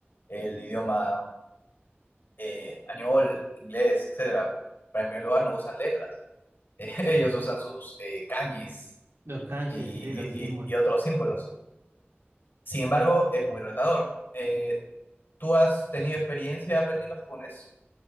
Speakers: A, on the left; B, on the right.
A: el idioma eh, español, inglés, etcétera. Pero en primer lugar, no usan letras. <laughs> Eh, ellos usan sus eh, kanjis
B: Los kanjis,
A: y,
B: sí, los
A: y-
B: símbolos.
A: y- y otros símbolos. Sin embargo, es muy retador. Eh, ¿tú has tenido experiencia aprendiendo japonés?